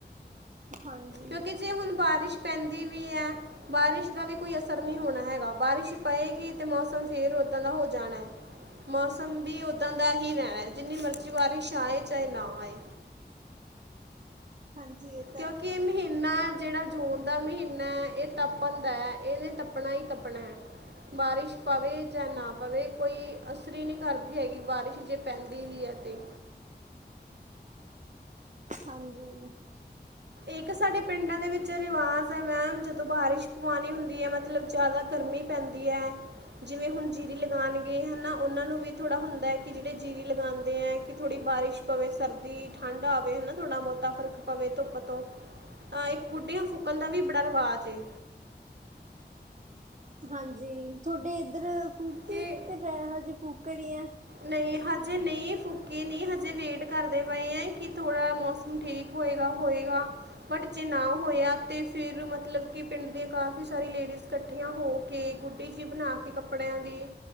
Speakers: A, on the right; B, on the right.
A: ਹਾਂਜੀ।
B: ਕਿਉਂਕੀ ਜੇ ਹੁਣ ਬਾਰਿਸ਼ ਪੈਂਦੀ ਵੀ ਐ ਬਾਰਿਸ਼ ਦਾ ਵੀ ਕੋਈ ਅਸਰ ਨੀ ਹੋਣਾ ਹੈਗਾ ਬਾਰਿਸ਼ ਪਏਗੀ ਤੇ ਮੌਸਮ ਫੇਰ ਉਦਾਂ ਦਾ ਹੋ ਜਾਣਾ। ਮੌਸਮ ਵੀ ਉੱਦਾਂ ਦਾ ਹੀ ਰੈਣਾ, ਜਿੰਨੀ ਮਰਜ਼ੀ ਬਾਰਿਸ਼ ਆਏ ਚਾਏ ਨਾ ਆਏ।
A: ਹਾਂਜੀ ਏ
B: ਕਿਉਂਕੀ ਏ ਮਹੀ ਨਾ ਜੇੜਾ ਜੂਨ ਦਾ ਮਹੀਨਾ ਐ ਏ ਤਪਣਦਾ ਐ ਏਨੇ ਤਪਣਾ ਈ ਤੱਪਣਾ ਐ। ਬਾਰਿਸ਼ ਪਵੇ ਜਾਂ ਨਾ ਪਵੇ, ਕੋਈ ਅਸਰੀ ਨੀ ਕਰਦੀ ਹੈਗੀ ਬਾਰਿਸ਼ ਜੇ ਪੈਂਦੀ ਵੀ ਐ ਤੇ
A: ਹਾਂਜੀ।
B: ਇੱਕ ਸਾਡੇ ਪਿੰਡਾਂ ਦੇ ਵਿੱਚ ਰਿਵਾਜ਼ ਐ ਮੈਮ ਜਦੋਂ ਬਾਰਿਸ਼ ਪਵਾਂਣੀ ਹੁੰਦੀ ਐ ਮ ਮਤਲਬ ਜਾਦਾ ਗਰਮੀ ਪੈਂ ਜਿਵੇਂ ਹੁਣ ਜੀਰੀ ਲਗਾਉਣਗੇ ਹਨਾ ਉਹਨਾਂ ਨੂੰ ਵੀ ਥੋੜਾ ਹੁੰਦਾ ਹੈ ਕਿ ਜਿਹੜੇ ਜੀਰੀ ਲਗਾਉਣ। ਦੇ ਏ ਕਿ ਥੋੜੀ ਬਾਰਿਸ਼ ਪਵੇ ਸਰਦੀ ਠੰਢ ਆਵੇ ਹਨਾ ਥੋੜਾ ਬੋਤਾ ਫ਼ਰਕ ਪਵੇ ਧੂ- ਪ ਤੋਂ ਹ ਇੱਕ ਗੁੱਢੀਆਂ ਫੂਕਣ ਦਾ ਵੀ ਬੜਾ ਰਿਵਾਜ਼ ਏ।
A: ਹਾਂਜੀ ਤੁਹਾਡੇ ਇੱਧਰ ਫੂਕਤੀ,
B: ਕਿ
A: ਤੇ ਮੈ ਹਜੇ ਫੂਕ ਰੀ ਆ।
B: ਨਹੀਂ ਹਜੇ ਨਹੀਂ ਫੂਕੀ ਨਹੀਂ ਹਜੇ ਵੇਟ ਕਰਦੇ ਪਏ ਹੈਂ ਕਿ ਥੋੜਾ ਮੌਸਮ ਠੀਕ ਹੋਏਗਾ-ਹੋਏਗਾ। ਭਟ ਜੇ' ਨਾ ਹੋਇਆ ਤੇ ਫੇਰ ਮਤਲਬ ਕਿ ਪਿੰਡ ਦੀਆਂ ਕਾਫੀ ਸਾਰੀ ਲੇਡੀਜ਼ ਕ- ਠੀਆਂ ਹੋ ਕੇ ਗੁੱਡੀ ਚ' ਬਣਾ ਕੇ ਕੱਪੜਿਆਂ ਦੀ